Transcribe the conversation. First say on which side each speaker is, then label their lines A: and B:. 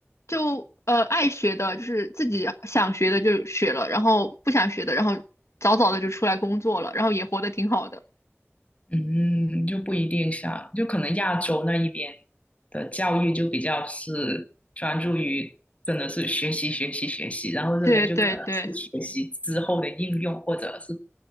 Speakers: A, on the left (about 85°); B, on the left (about 30°).
A: 就呃爱学的，就是自己想学的就学了，然后不想学的，然后早早的就出来工作了，然后也活得挺好的。
B: 嗯，就不一定像，就可能亚洲那一边的教育就比较是专注于真的是学习学习学习，然后这边就可能是学习之后的应用或者是
A: 对对对